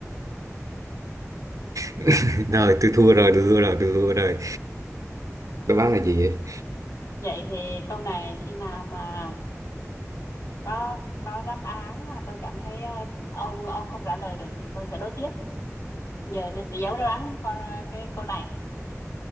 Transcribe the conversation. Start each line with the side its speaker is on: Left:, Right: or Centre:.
Right: <laughs> rồi tôi thua rồi tôi thua rồi tôi thua rồi đáp án là gì vậy
Left: vậy thì câu này khi nào mà có có đáp án mà tôi cảm thấy ờ, ông ông không trả lời được thì tôi sẽ đố tiếp giờ tôi sẽ giấu đáp án con cái câu này